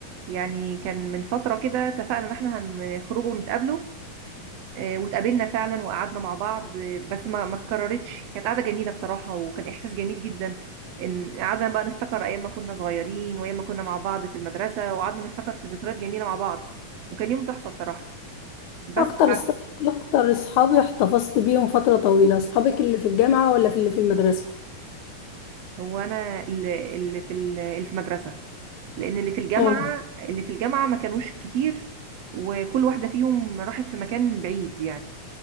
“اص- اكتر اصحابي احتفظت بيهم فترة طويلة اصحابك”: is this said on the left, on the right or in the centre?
Left